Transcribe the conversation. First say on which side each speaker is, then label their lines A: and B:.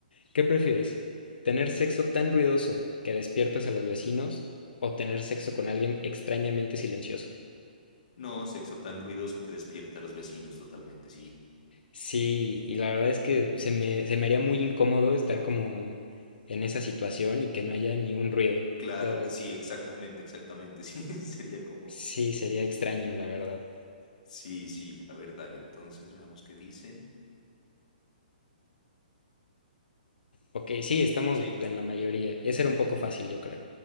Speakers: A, on the left; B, on the left.
A: ¿Qué prefieres? ¿Tener sexo tan ruidoso que despiertas a los vecinos o tener sexo con alguien extrañamente silencioso?
B: No, sexo tan ruidoso que despierta a los vecinos totalmente, sí.
A: Sí, y la verdad es que se me, se me haría muy incómodo estar como en esa situación y que no haya ni un ruido. O
B: Claro,
A: sea, es-
B: sí, exactamente, exactamente. <laughs> Sí, sería como.
A: sí, sería extraño, la verdad.
B: Sí, sí. A ver, dale. Entonces, veamos qué dicen.
A: Ok, sí, estamos
B: Sí,
A: en la mayoría. Ese era un poco fácil, yo creo.